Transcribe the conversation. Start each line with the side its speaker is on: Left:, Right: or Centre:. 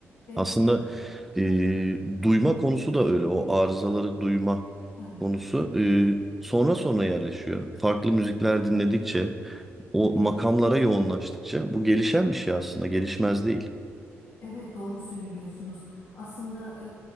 Left: Evet.
Centre: Aslında e, duyma konusu da öyle o arızaları duyma
Left: Ha, ha.
Centre: konusu e, sonra sonra yerleşiyor. Farklı müzikler
Left: Değil mi?
Centre: dinledikçe o
Left: Evet.
Centre: makamlara yoğunlaştıkça bu gelişen bir şey aslında gelişmez değil.
Left: Evet doğru söylüyorsunuz. Aslında e,